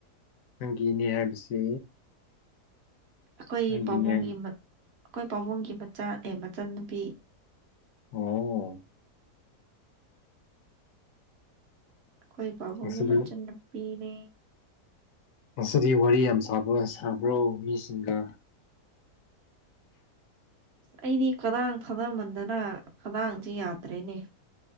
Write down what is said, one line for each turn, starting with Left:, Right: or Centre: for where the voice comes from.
Left: ꯅꯪꯒꯤ ꯏꯅꯦ ꯍꯥꯏꯕꯁꯤ
Right: ꯑꯩꯈꯣꯏ
Left: ꯅꯪꯒꯤ
Right: ꯄꯥꯕꯨꯡꯒꯤ
Left: ꯏꯅꯦ
Right: ꯑꯩꯈꯣꯏ ꯄꯥꯕꯨꯡꯒꯤ ꯃꯆꯥꯅꯦ ꯃꯆꯟꯅꯨꯄꯤ
Left: ꯑꯣ
Right: ꯈꯣꯏ ꯄꯥꯕꯨꯡꯒꯤ
Left: ꯉꯁꯤꯗꯤ
Right: ꯃꯆꯟꯅꯨꯄꯤꯅꯦ
Left: ꯉꯁꯤꯗꯤ ꯋꯥꯔꯤ ꯌꯥꯝ ꯁꯥꯕ ꯁꯥꯕ꯭ꯔꯣ ꯃꯤꯁꯤꯡꯒ
Right: ꯑꯩꯗꯤ ꯈꯗꯥꯡ ꯊꯥꯗꯥꯃꯟꯗꯅ ꯈꯨꯗꯥꯡꯁꯦ ꯌꯥꯗ꯭ꯔꯦꯅꯦ